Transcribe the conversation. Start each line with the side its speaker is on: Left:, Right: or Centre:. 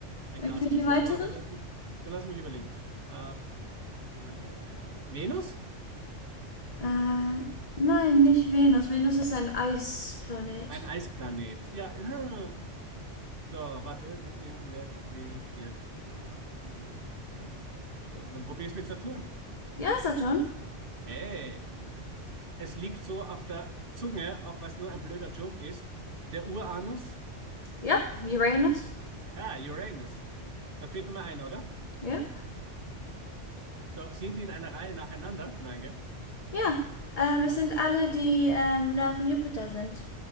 Right: Ein
Left: Irgendwelche
Right: Gasriese.
Left: weiteren?
Right: So, dann lass mich, dann lass mich überlegen. Äh, äh, Venus?
Left: Äh, nein, nicht Venus. Venus ist ein Eisplanet.
Right: Ein Eisplanet. Ja, <laughs> äh. So, warte. Venus, Erde, Mars, Jupiter, Saturn. Dann probier's mit Saturn.
Left: Ja, Saturn.
Right: Hey, es liegt so auf der Zunge, auch weil es nur ein blöder Joke ist. Der Uranus?
Left: Ja, Yep, Uranus.
Right: Ja, Uranus. Da fehlt nur mal einer, oder?
Left: Ja.
Right: So, sind die in einer Reihe nacheinander? Nein, gell?
Left: Ja, ähm, es sind alle, die ähm, nach Jupiter sind.